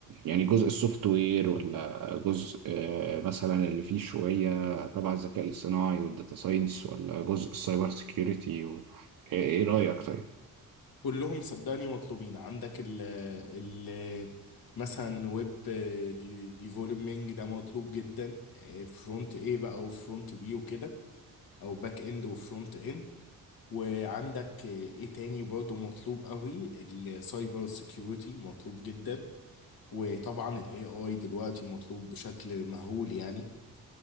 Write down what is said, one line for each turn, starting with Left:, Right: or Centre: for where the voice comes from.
Right: يعني جزء السوفت وير ولا جزء آه، مثلا اللي فيه شوية تبع الذكاء الاصطناعي والداتا ساينس ولا جزء السايبر سيكيورتي و... إيه إيه رأيك طيب؟
Left: كلهم صدقني مطلوبين عندك ال ال مثلا ويب ديفلوبمنج ده مطلوب جدا فرونت ايه بقى وفرونت بي وكده او باك اند وفرونت اند وعندك ايه تاني برضه مطلوب قوي السايبر سيكيورتي مطلوب جدا وطبعا الاي اي دلوقتي مطلوب بشكل مهول يعني